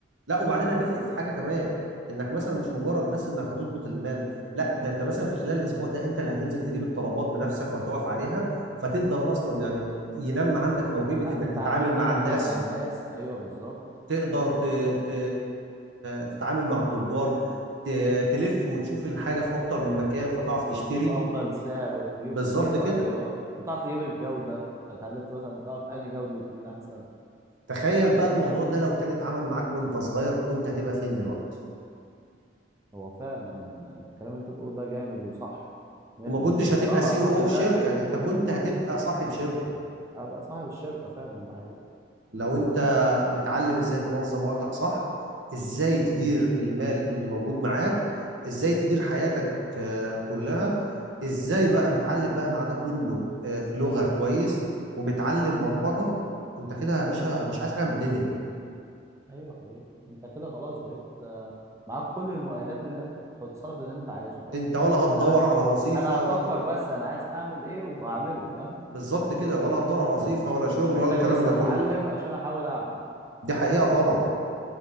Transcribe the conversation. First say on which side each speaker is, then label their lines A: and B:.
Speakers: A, on the right; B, on the right.
A: لا وبعدين هتفرق في حاجه كمان انك مثلا مش مجرد بس انك هتضبط المال لا ده انت مثلا في خلال الاسبوع ده انت اللي هتنزل تجيب الطلبات بنفسك وهتقف عليها فتقدر اصلا يعني ينمى عندك موهبه
B: اتع-
A: انك
B: اتعاملت
A: تتعامل مع
B: حتى
A: الناس
B: مع الناس ايوه بالظبط
A: تقدر ت... ت... تتعامل مع التجار ت... تلف وتشوف الحاجه في اكتر من مكان فتعرف
B: وتجيب
A: تشتري
B: افضل سعر وتجيب
A: بالظبط
B: كده
A: كده
B: ايوه اه وتعرف تجيب الجوده اتعلمت مثلا تعرف انهي جوده مين احسن
A: تخيل بقى
B: انت
A: الموضوع
B: فاهم
A: ده لو كان اتعمل معاك وانت صغير كنت هتبقى فين دلوقتي
B: هو فعلا الكلام اللي انت بتقوله ده جامد وصح 100%
A: وما كنتش
B: وبصراحه
A: هتبقى سي
B: الراجل
A: او في
B: ده
A: شركه
B: كان المفروض
A: انت كنت هتبقى صاحب شركه
B: ابقى صاحب الشركه فعلا ده حقيقي
A: لو انت متعلم ازاي تنظم وقتك صح ازاي تدير المال اللي موجود معاك ازاي تدير حياتك آه، كلها ازاي بقى متعلم بقى مع ده كله آه، لغة كويس ومتعلم برمجة انت كده يا باشا مش عايز حاجة من الدنيا
B: ايوه حقيقي انت كده خلاص بقيت آه، معاك كل المؤهلات اللي هي تتصرف اللي انت عايزه فاهم
A: انت ولا هتدور
B: انا
A: على وظيفة
B: انا هفكر
A: ولا
B: بس انا عايز اعمل ايه وهعمله فاهم
A: بالظبط كده ولا هتدور على
B: انا
A: وظيفة
B: مش
A: ولا
B: مش
A: شغل
B: محتاج
A: ولا الكلام
B: لسه
A: ده
B: اتعلم
A: كله
B: عشان احاول اعمل
A: دي حقيقة طبعا